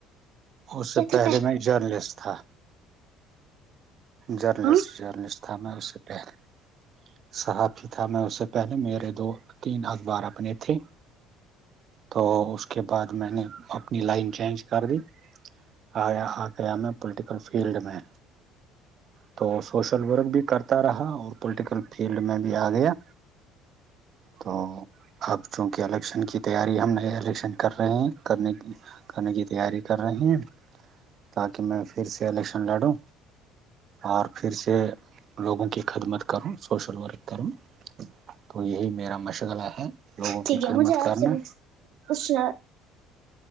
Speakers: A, on the right; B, on the right.
A: اس سے
B: کیا تھا
A: پہلے میں جرنلسٹ تھا جرنلسٹ
B: ہاں
A: جرنلسٹ تھا میں اس سے پہلے صحافی تھا میں اس سے پہلے میرے دو تین اخبار اپنے تھے تو اس کے بعد میں نے اپنی لائن چینج کر دی آیا آ گیا میں پولیٹیکل فیلڈ میں تو سوشل ورک بھی کرتا رہا اور پولیٹیکل فیلڈ میں بھی آ گیا تو اب چونکہ الیکشن کی تیاری ہم نہیں الیکشن کر رہے ہیں کرنے کی کرنے کی تیاری کر رہے ہیں تاکہ میں پھر سے الیکشن لڑوں اور پھر سے لوگوں کی خدمت کروں سوشل ورک کروں تو یہی میرا مشغلہ ہے لوگوں
B: ٹھیک
A: کی
B: ہے
A: خدمت
B: مجھے آپ
A: کرنا
B: سےچھنا